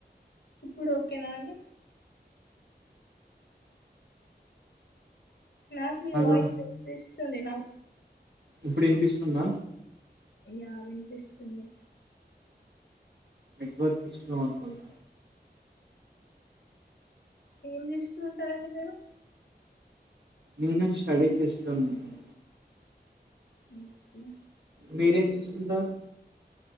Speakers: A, on the left; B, on the right.
A: ఇప్పుడు ఓకేనా అండి నాకు నీ
B: హలో
A: వాయిస్ విన్పిస్తుంది నాకు
B: ఇప్పుడు వినిపిస్తుందా?
A: యా వినిపిస్తుంది.
B: ఎగ్బత్ స్ట్రా అనుకుంట
A: ఏం చేస్తూ ఉంటారండి మీరు?
B: నేనే స్టడీ చేస్తా ఉంటాను
A: ఉ ఇగ
B: మీరేం చేస్తుంటారు